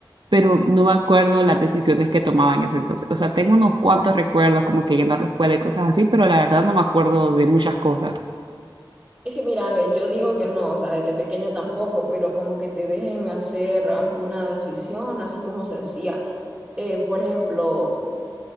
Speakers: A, on the right; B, on the right.
A: pero no me acuerdo las decisiones que tomaba en ese entonces. O sea, tengo unos cuantos recuerdos como que yendo a la escuela y cosas así, pero la verdad no me acuerdo de muchas cosas.
B: Es que mira, a ver, yo digo que no, o sea, desde pequeño tampoco, pero como que te dejen hacer alguna decisión, así como sencilla. Eh, por ejemplo,